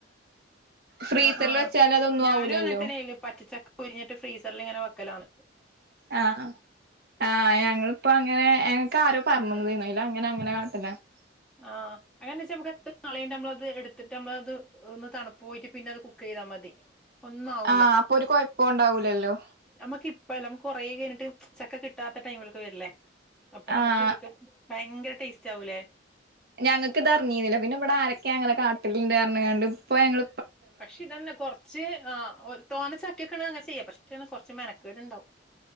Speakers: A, on the right; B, in the centre.
A: ഫ്രീസറിൽ
B: അ ആഹ്
A: വെച്ചാൽ അതൊന്നും
B: ഞാനും
A: ആവൂലല്ലോ
B: അങ്ങനെതന്നേ ചെയ്യല് പച്ചച്ചക്ക ഉരിഞ്ഞട്ട് ഫ്രീസറില് ഇങ്ങനെ വെ ക്കലാണ്.
A: ആ ആ ഞങ്ങളെ ഇപ്പൊ അങ്ങനെ എനിക്ക് ആരോ പറഞ്ഞുതന്നത് ആയിരുന്നെ പിന്നെ അങ്ങനെ അങ്ങനെ <unintelligible>
B: ആ അങ്ങനെച്ച നമ്മുക്ക് <unintelligible> എത്ര നാളായിട്ടും നമ്മളെ അത് ഇടുത്തിടെ നമ്മളെ അതെ തണുപ്പേ പോയിട്ട് പിന്നെ അത് കുക്ക് ചെയ്യാത്ത മതി ഒന്നും ആവൂല
A: ആ അപ്പൊ ഒരു കുഴ ഴപ്പം ഉണ്ടാവില്ലാലോ
B: നമ്മുക്ക് യിപ്പാ അല്ല കുറെ കഴിഞ്ഞിടെ ചക്ക കിട്ടാത്ത ടൈംളെ വരില്ലേ അപ്പൊ നമ്മുക്ക്
A: ആഹ്
B: ഇതേ ഓക്കേ ഭയ ടെസ്റ്റ്‌ ആവുല്ല
A: ഞങ്ങൾക്ക് ഇത് അറിഞ്ഞിനില്ല പിന്നെ ഇവിടെ ആരൊക്കെ അങ്ങനെ കാട്ടല് ഇന്ടെന്നെ പറഞ്ഞുങ്ങടെ ഇപ്പൊ ഞങ്ങൾ
B: പക്ഷെ ഇത് തന്നെ കുറച്ചേ ആ ഒരു തോന്ന ചക്കക്ക് അങ്ങനെ ചെയ പക്ഷെ <unintelligible> കുറച് മെനകടെ ഇണ്ടാവും